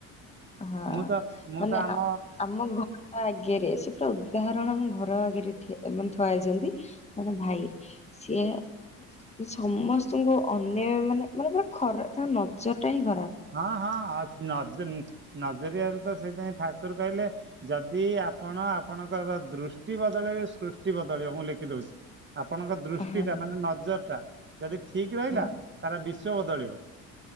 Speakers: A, on the left; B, on the right.
A: ହଁ
B: ମୁଁ ତ ମୁଁ
A: ମାନେ।
B: ତ ଆମ
A: ଆମ ଘର ଆଗରେ ସେ ପୁରା ଉଦାହରଣ ଆମ ଘର ଆଗରେ ମାନେ ଥୁଆଯାଇଛନ୍ତି। ଜଣେ ଭାଇ ସିଏ। ସମସ୍ତଙ୍କୁ ଅନ୍ୟ ମାନେ ମାନେ ପୁରା ଖରା ତା ନଜର ଟା ହିଁ ଖରାପ।
B: ହଁ ହଁ ନଜରଆରୁ ତ ସେଇଥିାଇଁ ଠାକୁର କହିଲେ ଯଦି। ଆପଣ ଆପଣଙ୍କର ଦୃଷ୍ଟି ବଦଳେଇବେ ସୃଷ୍ଟି ବଦଳିବ ମୁଁ ଲେଖିଦଉଛି। ଆପଣଙ୍କ ଦୃଷ୍ଟି
A: ହଁ
B: ଟା ମାନେ ନଜର ଟା ଯଦି ଠିକ ରହିଲା
A: ହଁ
B: ତାରା ବିଶଵ ବଦଳିବ।